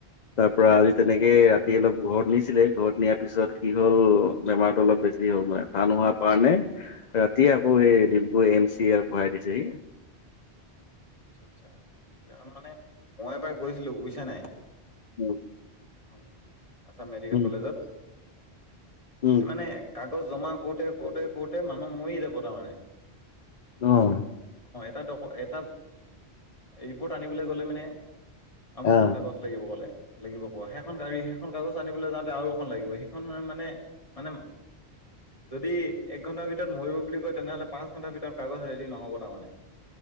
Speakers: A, on the left; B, on the left.
A: তাৰ পৰাৰা আজি তেনেকে ৰাতি অলপ ঘৰত নিছিলে ঘৰত নিয়াৰ পিছত কি হ'ল বেমাৰতটো অলপ বেছি হ'লান টান হোৱাৰ কাৰণে ৰাতিয়ে আকৌ এই ডিব্ৰুগড় এম চি এ ভৰাই দিছেহি।
B: আচা আচ্ছা এইবিলাক মানে মই এবাৰ গৈছিলো বুজিছা নাই।
A: উম।
B: ভাল। আছাম মেডিকেল
A: উম
B: কলেজত।
A: উম
B: মানে কাক। কাকজ জমা কৰোতে কৰোতে কৰোতে মানুহ মৰি যাব তাৰমানে।
A: অহ।
B: তাত এটা। ৰিপৰ্ট আনিবলৈ গ'লে মানে। আমুকখন
A: অ
B: কাগজ লাগিব কলে। লাগিব কয়, সেইখন কাই সেইখন কাগজ আনিবলৈ যাওঁতে আৰু এখন লাগিব, সেইখনো আৰ‌ মানে, মানে যদি এক ঘন্টাৰ ভিতৰত মৰিব বুলি কয়, তেনেহ'লে পাঁচ ঘন্টাৰ ভিতৰত কাগজ ৰেডি নহ'ব তাৰমানে।